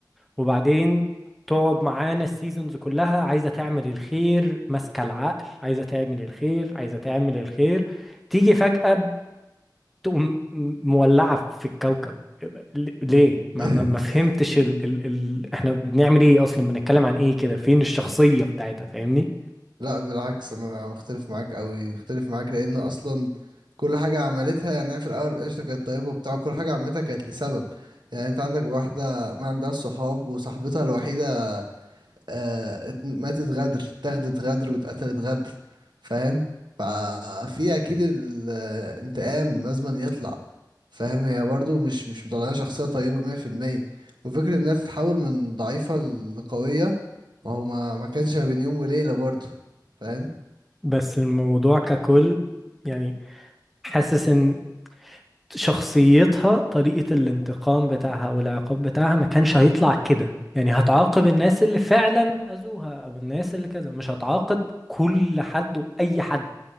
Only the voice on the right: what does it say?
<laughs>
لا بالعكس انا مختلف معاك قوي اختلف معاك لان اصلا كل حاجه عملتها يعني هي في الاول قشطه كانت طيبه وبتاع كل حاجه عملتها كانت لسبب يعني انت عندك واحده ما عندهاش صحاب وصاحبتها الوحيده آه ات- ماتت غدر اتاخدت غدر واتقتلت غدر فاهم ففي اكيد الانتقام لازم يطلع فاهم هي برضو مش مش مطلعه شخصيه طيبه 100% وفكره انها تتحول من ضعيفه لقويه ما هو ما ما كانش ما بين يوم وليله برضو فاهم